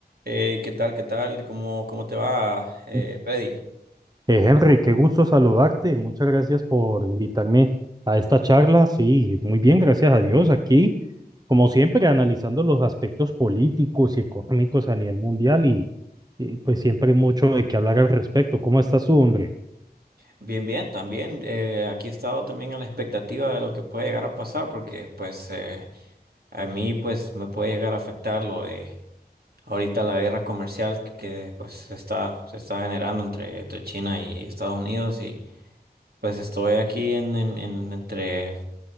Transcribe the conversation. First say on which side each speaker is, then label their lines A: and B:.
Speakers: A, on the right (about 65°); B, on the right (about 25°).
A: Eh, ¿qué tal? ¿Qué tal? ¿Cómo, cómo te va, eh,
B: Eh,
A: Freddy?
B: Henry, qué gusto saludarte. Muchas gracias por invitarme a esta charla. Sí, muy bien, gracias a Dios. Aquí, como siempre, analizando los aspectos políticos y económicos a nivel mundial y, y, pues siempre hay mucho de qué hablar al respecto. ¿Cómo estás tú, hombre?
A: Bien, bien, también. eh, aquí he estado también a la expectativa de lo que puede llegar a pasar, porque pues eh, a mí pues me puede llegar a afectar lo de ahorita la guerra comercial que, que, pues se está, se está generando entre, entre China y Estados Unidos y pues estoy aquí en, en- en- entre,